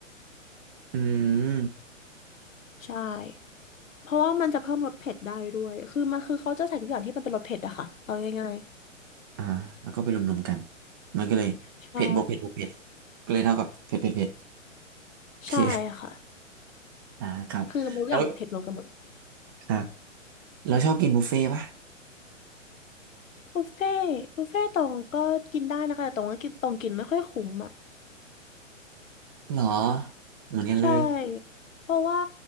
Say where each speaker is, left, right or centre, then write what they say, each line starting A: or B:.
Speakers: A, on the right; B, on the left.
A: <laughs> อืม
B: ใช่ เพราะว่ามันจะเพิ่มรสเผ็ดได้ด้วยคือมันคือเขาจะใส่ทุกอย่างที่มันเป็นรสเผ็ดอะค่ะเอาง่าย
A: อ่าแล้วก็ไปรวมๆกันมันก็เลยเผ็ดบวกเผ็ดบวกเผ็ด
B: ๆใช่
A: ก็เลยเท่ากับเผ็ดเผ็ดเผ็ดโอเค
B: ใช่ค่ะ
A: <laughs> อ่าครับแล้ว
B: คือมันทุกอย่างเผ็ดรวมกันหมด
A: ครับ เราชอบกินบุฟเฟ่ต์ป่ะ
B: บุฟเฟ่บุฟเฟ่ตอตรงก็กินได้นะคะแต่ตรงก็กินตรงกินไม่ค่อยคุ้มอ่ะ
A: หรอ เหมือนกันเลย
B: ใช่เพราะว่า